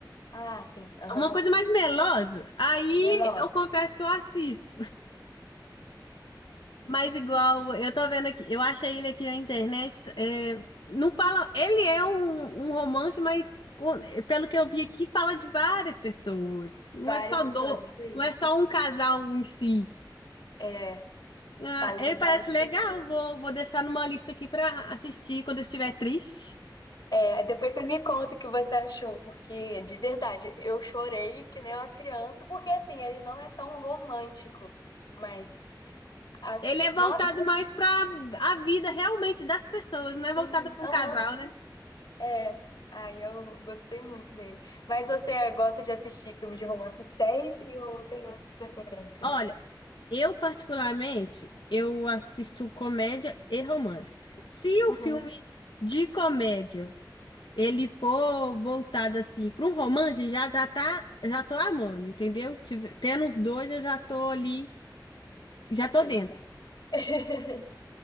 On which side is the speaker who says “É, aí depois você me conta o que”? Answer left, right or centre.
Left